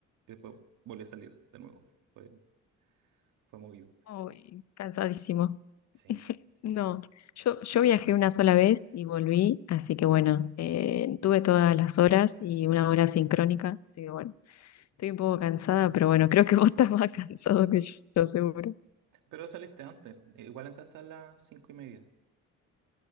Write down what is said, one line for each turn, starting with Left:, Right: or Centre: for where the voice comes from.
Right: Y después volví a salir de nuevo. Fue, fue movido.
Left: uy, cansadísimo.
Right: Sí, sí,
Left: No,
Right: sí. sí.
Left: yo, yo viajé una sola vez y volví, así que bueno, eh, tuve todas las horas y una hora sincrónica, así que bueno, estoy un poco cansada, pero bueno, creo que <laughs> vos estás más <laughs> cansado que yo, seguro.
Right: Pero saliste antes. Eh, Igual entraste a las 5 y media.